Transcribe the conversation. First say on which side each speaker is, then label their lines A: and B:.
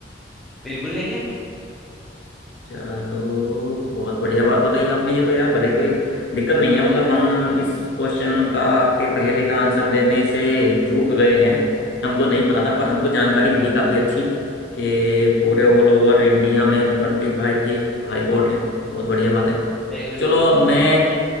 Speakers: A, in the centre; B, on the left (about 65°).
A: बिल्कुल नहीं है
B: चलो बहुत बढ़िया बात बताई आपने ये तो यार भले ही कोई दिक्कत नहीं है मतलब हम इस क्वेश्चन का आपके पहले का आंसर देने से चूक गए हैं हमको नहीं पता था पर हमको जानकारी मिली काफ़ी अच्छी कि पूरे ऑल ओवर इंडिया में ट्वेंटी फाइव ही हाई कोर्ट हैं बहुत बढ़िया बात है
A: बिल्कुल
B: चलो
A: बिल्कुल
B: अब मैं